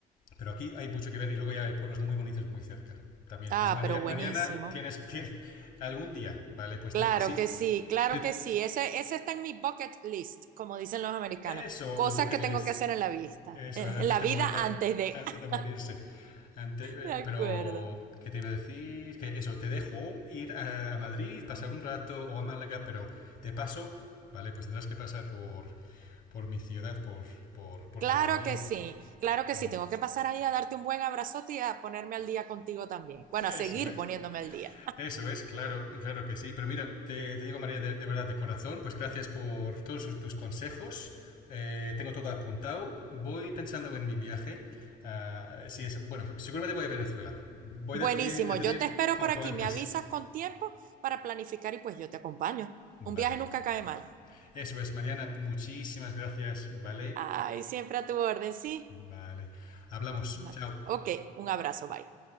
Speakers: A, on the left; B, on the right.
A: pero aquí hay mucho que ver y luego ya hay pueblos muy bonitos muy cerca también.
B: Ah,
A: Entonces, María,
B: pero
A: Mariana,
B: buenísimo.
A: tienes, tienes algún día, ¿vale? Pues
B: Claro
A: te, sí,
B: que sí, claro
A: te,
B: que sí. Ese, ese está en mi bucket list, como dicen los americanos.
A: eso,
B: Cosas
A: el bucket
B: que
A: list,
B: tengo que hacer en la vista,
A: eso,
B: eh,
A: antes
B: en la
A: de
B: vida
A: morir
B: antes de.
A: antes
B: <laughs>
A: de morirse. Ante-
B: De acuerdo.
A: eh, pero, ¿qué te iba a decir? Que eso, te dejo ir a, a Madrid, pasar un rato o a Málaga, pero de paso, ¿vale? Pues tendrás que pasar por, por mi ciudad, por, por, por
B: Claro
A: Valladolid.
B: que sí, claro que
A: Mm.
B: sí. Tengo que pasar ahí a darte un buen abrazote y a ponerme al día contigo también.
A: <laughs>
B: Bueno,
A: Eso
B: a seguir
A: es.
B: poniéndome al día.
A: Eso es, claro, claro que sí. Pero mira, te, te digo, María, de, de verdad, de corazón, pues gracias por todos sus- tus consejos. Eh, tengo todo apuntado. Voy pensando en mi viaje. Ah, sí, es, bueno, seguramente voy a Venezuela. Voy
B: Buenísimo,
A: a decidir, decidir
B: yo te espero
A: cuanto
B: por aquí,
A: antes.
B: me avisas con tiempo para planificar y pues yo te acompaño.
A: Vale,
B: Un viaje nunca cae mal.
A: Eso es, Mariana. Muchísimas gracias, ¿vale?
B: Ay, siempre a tu orden, sí.
A: Vale. Hablamos.
B: Bueno,
A: Chao.
B: ok, un abrazo, bye.